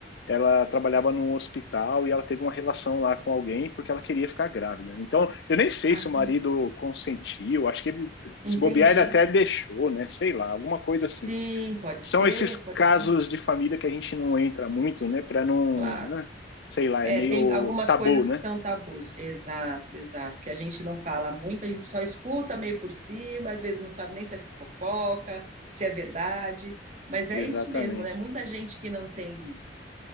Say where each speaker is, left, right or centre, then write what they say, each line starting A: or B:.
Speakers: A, on the left; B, on the right.
A: ela trabalhava num hospital e ela teve uma relação lá com alguém porque ela queria ficar grávida. Então, eu nem sei
B: Ah.
A: se o marido consentiu, acho que ele,
B: Entendi.
A: se bobear, ele até deixou, né? Sei lá, alguma coisa assim.
B: Sim, pode
A: São
B: ser,
A: esses
B: pode
A: casos
B: ser,
A: de família que a gente não entra muito, né? Para não,
B: claro.
A: né? sei lá,
B: É,
A: é meio
B: tem algumas
A: tabu,
B: coisas
A: né?
B: que são tabus. Exato, exato. Que a gente não fala muito, a gente só escuta meio por cima, às vezes não sabe nem se é fofoca, se é verdade. Mas é
A: Exatamente.
B: isso mesmo, né? Muita gente que não tem